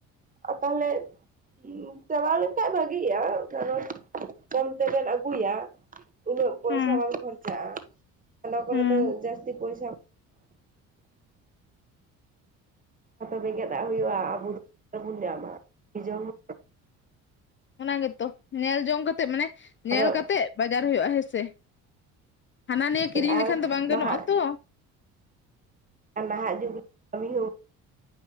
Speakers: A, on the right; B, on the left.
A: ᱟᱨ ᱛᱟᱦᱚᱞᱮ ᱪᱟᱞᱟᱣ ᱞᱮᱱᱠᱷᱟᱡ ᱵᱷᱟᱜᱤᱜᱼᱟ ᱠᱟᱨᱚᱱ ᱠᱚᱢ ᱛᱮᱵᱮᱱ ᱟᱹᱜᱩᱭᱟᱹ ᱾ ᱩᱱᱟᱹᱜ ᱯᱚᱭᱥᱟ
B: ᱦᱩᱸ
A: ᱵᱟᱝ ᱠᱷᱚᱨᱪᱟᱜᱼᱟ᱾ ᱱᱚᱭᱟ ᱠᱚᱨᱮ
B: ᱦᱩᱸ
A: ᱫᱚ ᱡᱟᱹᱥᱛᱤ ᱯᱚᱭᱥᱟ ᱵᱮᱸᱜᱮᱫᱟᱜ ᱦᱩᱭᱩᱜᱼᱟ ᱟᱵᱚ ᱫᱚ ᱚᱵᱟ ᱨᱮᱵᱚᱱ ᱧᱟᱢᱟ <unintelligible>
B: ᱚᱱᱟ ᱜᱮᱛᱚ ᱧᱮᱞ ᱡᱚᱝ ᱠᱟᱛᱮᱜ ᱢᱟᱱᱮ ᱧᱮᱞ
A: ᱟᱨᱚ
B: ᱠᱟᱛᱮᱜ ᱵᱟᱡᱟᱨ ᱦᱩᱭᱩᱜᱼᱟ ᱦᱮᱸᱥᱮ᱾ ᱦᱟᱱᱟ ᱱᱤᱭᱟᱹ ᱠᱤᱨᱤᱧ
A: ᱟᱨ
B: ᱞᱮᱠᱷᱟᱱ ᱫᱚ ᱵᱟᱝ ᱜᱟᱱᱚᱜᱼᱟ
A: ᱱᱟᱦᱟᱜ
B: ᱛᱚ᱾
A: ᱟᱨ ᱱᱟᱦᱟᱜ ᱡᱩᱜᱽ ᱨᱮ ᱠᱟᱹᱢᱤ ᱦᱚᱸ